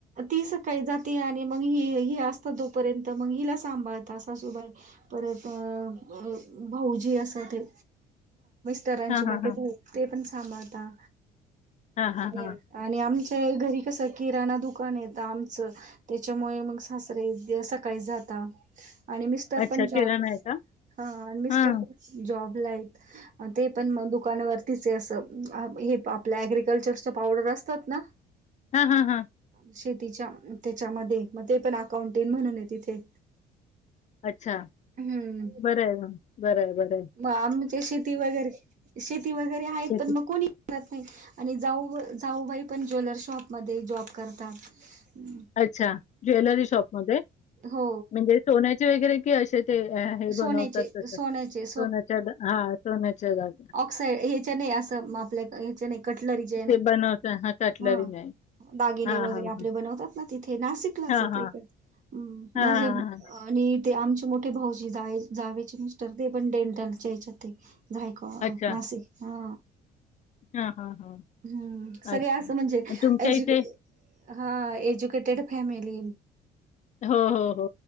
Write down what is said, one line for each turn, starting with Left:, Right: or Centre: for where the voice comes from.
Right: ती सकाळी जाते आणि मग ही ह असत तोपर्यंत मग हिला सांभाळत सासूबाई परत अ भाऊजी अस ते तरांचे
Left: हां,
Right: मोठे
Left: हां, हां.
Right: भाव ते पण सांभाळता
Left: हां, हां,
Right: आणि
Left: हां.
Right: आणि आमच्या घरी कसं किराणा दुख दुकान येत आमचं त्याच्यामुळे मग सासरे सकाळी जाता आणि मिस्टर
Left: अच्छा
Right: पण जॉब
Left: किराणा आहे का?
Right: ह आणि मिस्टर
Left: हां.
Right: पण जॉबला आहेत. ते पण म दुकानावरतीच असं हे आपल्या अग्रिकल्चरचा पावडर असतात ना.
Left: हां हां हां.
Right: शेतीच्या त्याच्यामध्ये मग ते पण अकाउंटेंट म्हणून आहे तिथे
Left: अच्छा
Right: हम्म
Left: बर आहे बर आहे बर.
Right: मग आमच्या शेती वगैरे शेती वगैरे आहेत
Left: शेती
Right: पण मग कोणी नाही आणि जाऊ जाऊबाई पण ज्वेलर शॉपमध्ये जॉब करतात. <unintelligible>
Left: अच्छा ज्वेलरी शॉपमध्ये
Right: हो
Left: म्हणजे सोन्याचे वगैरे कि असे ते हे बनवतात
Right: सोन्याचे
Left: तस
Right: सोन्याचे
Left: सोनच्या हा सोन्याचे घाल
Right: ऑक्साइड ह्याच्या नय असं मं आपल्या ह्याच्या नाय कटलरीचे नाय
Left: ते बनवता हां, कटलरी
Right: हा
Left: नाही.
Right: दागिने
Left: हां,
Right: वगैरे
Left: हां,
Right: आपले
Left: हां.
Right: बनवतात. म तिथे नाशिकलाच
Left: हां, हां.
Right: ते पण अं
Left: हां,
Right: माझे
Left: हां, हां.
Right: आणि ते आमचे मोठे भाऊजी जा जावेचे मिस्टर ते पण डेंटलच्या याच्या जाय ह
Left: अच्छा.
Right: नाशिक हा
Left: हां, हां, हां.
Right: हम्म सगळे
Left: अच्छा.
Right: असं म्हणजे
Left: मग तुमच्या
Right: एजु
Left: इथे
Right: हा एज्युकेटेड फॅमिली
Left: हो हो हो